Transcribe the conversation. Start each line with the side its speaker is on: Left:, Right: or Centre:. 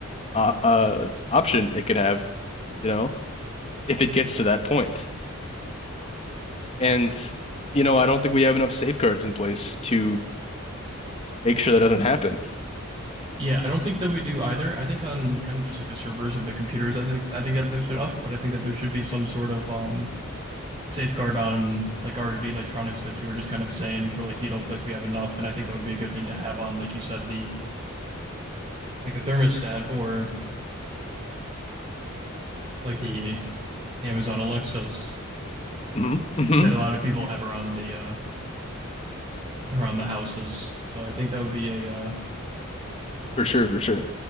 Left: uh, uh option it could have, you know, if it gets to that point. And you know, I don't think we have enough safeguards in place to make sure that doesn't happen.
Right: Yeah. I don't think that we do either. I think on kind of just like the servers of the computers, I think I think that there's enough, but I think that there should be some sort of um safeguard on like our electronics, like you were just kind of saying, where like you don't feel like we have enough. And I think that would be a good thing to have on, like you said, the like the thermostat or like the Amazon Alexas
Left: hmm hmm
Right: that a lot of people have around the uh around the houses. So I think that would be a uh
Left: For sure, for sure. I